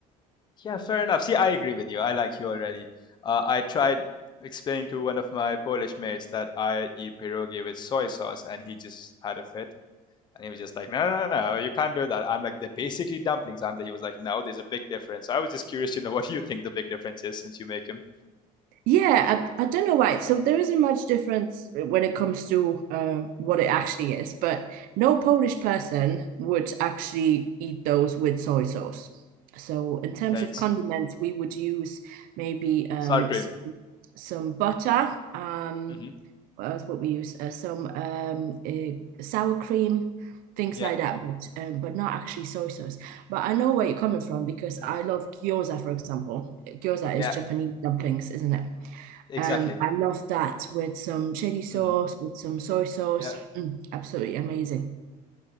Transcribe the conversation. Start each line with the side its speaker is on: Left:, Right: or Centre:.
Left: Yeah, fair enough. See, I agree with you. I like you already. Uh, I tried explaining to one of my Polish mates that I eat pierogi with soy sauce and he just had a fit. And he was just like, no, no, no, no, you can't do that. I'm like, they're basically dumplings, aren't they? He was like, no, there's a big difference. So I was just curious to know what <laughs> you think the big difference is since you make him.
Right: Yeah, I, I don't know why. So there isn't much difference when it comes to uh, what it actually is, but no Polish person would actually eat those with soy sauce. So in terms
Left: Yikes.
Right: of condiments, we would use maybe um,
Left: Sour cream.
Right: some, some butter. Um,
Left: Mm,
Right: what else would we use? Uh, some um, uh, sour cream, things
Left: Yeah.
Right: like that, but um, but not actually soy sauce. But I know where you're coming from because
Left: hmm
Right: I love gyoza, for example gyoza
Left: Yeah,
Right: is Japanese dumplings, isn't it?
Left: exactly.
Right: Um, I love that with some chili sauce,
Left: hmm
Right: with some soy sauce.
Left: Yeah.
Right: Mm, absolutely amazing.